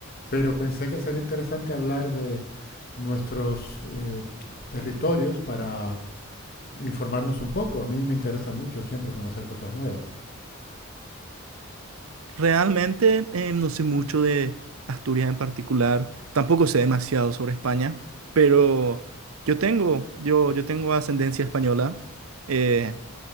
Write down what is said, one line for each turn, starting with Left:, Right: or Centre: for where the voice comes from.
Left: pero pensé que sería interesante hablar de nuestros eh, territorios para informarnos un poco. A mí me interesa mucho siempre conocer cosas nuevas.
Right: Realmente eh, no sé mucho de Asturias en particular, tampoco sé demasiado sobre España, pero yo tengo, yo, yo tengo ascendencia española, eh,